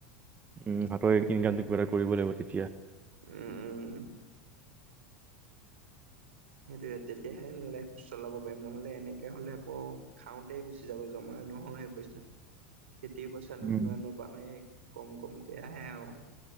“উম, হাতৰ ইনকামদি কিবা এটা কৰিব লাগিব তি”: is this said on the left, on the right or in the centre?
Right